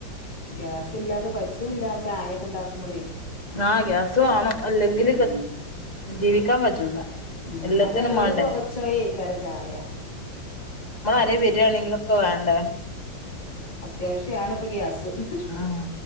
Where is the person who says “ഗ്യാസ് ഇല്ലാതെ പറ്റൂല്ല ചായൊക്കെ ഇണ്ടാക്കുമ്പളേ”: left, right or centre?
Left